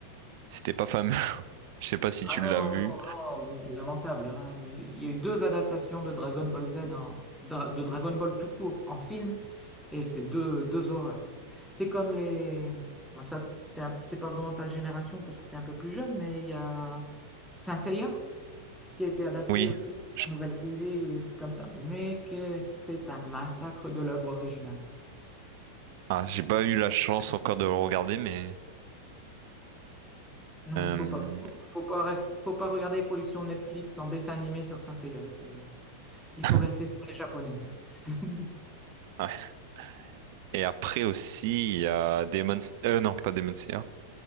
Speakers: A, on the right; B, in the centre.
A: C'était pas fameux. <laughs> Je sais pas si
B: Ah
A: tu l'as
B: non, non,
A: vu.
B: non, non, non, lamentable, hein. Il y a eu deux adaptations de Dragon Ball Z, en- dra- de Dragon Ball tout court en film, et c'est deux, deux horreurs. C'est comme les... bah, ça, c'est un- c'est pas vraiment ta génération parce que tu es un peu plus jeune, mais il y a Saint Seiya. qui a été adapté
A: Oui.
B: aussi
A: Je-
B: en nouvelle série ou des trucs comme ça, mais que c'est un massacre de l'œuvre originale.
A: Ah, j'ai pas eu la chance encore de le regarder, mais.
B: Non,
A: euh,
B: il faut pas, faut, faut pas rest- faut pas regarder les productions Netflix en dessin animé sur Saint Seiya. C'est, il
A: <laughs>
B: faut rester sur les japonais. <laughs>
A: ouais. Et après aussi, il y a Demon. S- Euh, non, pas Demon Slayer.